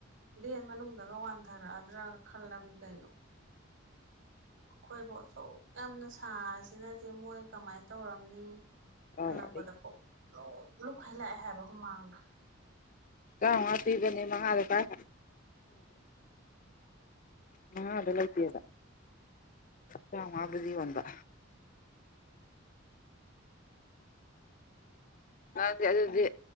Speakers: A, on the right; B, on the left.
A: ꯚꯦꯟ ꯃꯅꯨꯡꯗꯒ ꯋꯥꯟꯊꯔꯛꯑ ꯔ ꯀꯂꯝꯅꯤ ꯀꯥꯏꯅꯣ ꯑꯩꯈꯣꯏꯕꯨ ꯑꯁꯨꯛ ꯌꯥꯝꯅ ꯊꯥꯁꯤꯅꯗꯤ ꯃꯣꯏ ꯀꯃꯥꯏꯅ ꯇꯧꯔꯝꯅꯤ
B: ꯑꯥꯎ
A: ꯍꯜꯥꯛꯄꯣꯗꯄꯣ
B: ꯑꯩ
A: ꯑꯣ ꯂꯣꯛꯈꯩ ꯂꯥꯛꯑꯦ ꯍꯥꯏꯕ ꯍꯨꯃꯥꯡꯅ
B: ꯆꯥ ꯍꯥꯇꯤꯕꯅꯤ ꯃꯉꯥꯗ ꯀꯥꯏ ꯃꯉꯥꯗ ꯂꯩꯇꯕ ꯆ ꯑꯗꯨꯗꯤꯕꯟꯕ ꯗꯤ ꯑꯗꯨꯗꯤ